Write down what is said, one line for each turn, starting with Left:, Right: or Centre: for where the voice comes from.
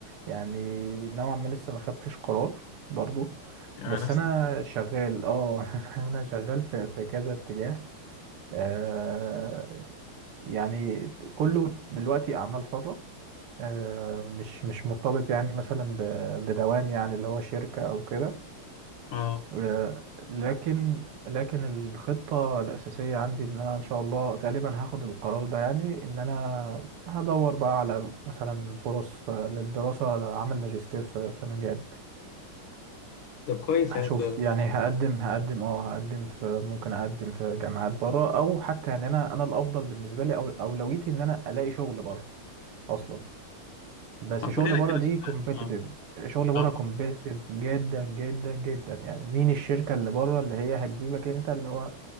Right: يعني نوعا ما لسه ما خدتش قرار برضو
Left: <laughs> يعني
Right: بس
Left: نفس
Right: انا
Left: القصة
Right: شغال اه <laughs> انا شغال في في كذا اتجاه آه يعني كله دلوقتي اعمال حره آه مش مش مرتبط يعني مثلا ب- بدوام يعني اللي هو شركه او كده
Left: اه
Right: آه، لكن لكن الخطة الأساسية عندي إن أنا إن شاء الله غالبا هاخد القرار ده يعني إن أنا هدور بقى على مثلا فرص آه، للدراسة لعمل ماجستير في في مجالي
Left: طب كويس
Right: هشوف
Left: يعني انت
Right: يعني هقدم هقدم اه هقدم في ممكن أقدم في جامعات بره أو حتى يعني أنا أنا الأفضل بالنسبة لي أو أولويتي إن أنا ألاقي شغل بره أصلا بس
Left: آه،
Right: شغل
Left: كلنا
Right: بره
Left: كده
Right: دي
Left: صدقني
Right: كومبيتيتيف
Left: اه
Right: شغل بره
Left: اه طبعا.
Right: كومبيتيتيف جدا جدا جدا يعني مين الشركة اللي بره اللي هي هتجيبك أنت اللي هو